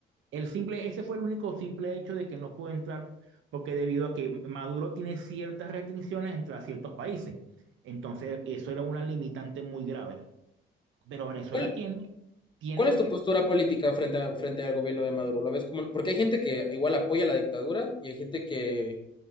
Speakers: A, on the right; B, on the left.
A: El simple, ese fue el único simple hecho de que no pudo entrar, porque debido a que Maduro tiene ciertas restricciones entre a ciertos países. Entonces, eso era una limitante muy grave. Pero Venezuela
B: ¿Cuál,
A: tiene, tiene
B: cuál es tu postura política frente a- frente al gobierno de Maduro? ¿Lo ves como, porque hay gente que igual apoya la dictadura y hay gente que,